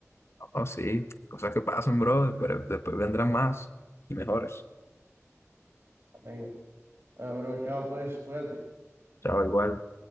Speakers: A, on the left; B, on the right.
A: Oh, sí, cosas que pasan, bro, pero después vendrán más y mejores.
B: Amén. Bueno, bro, chao, pues, cuídate.
A: Chao, igual.